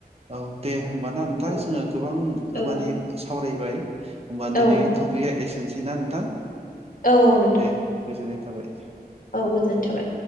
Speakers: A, on the right; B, on the left.
A: औ दे होमबाना नोंथां
B: औ
A: जोङो गोबां ओ
B: औ
A: मानि सावरायबाय ओमबा दोनै
B: औ
A: थपिया एसे दोनसैना नोंथां?
B: औ औ
A: दे गोजोननाय थाबाय।
B: गोजोनथाबाय।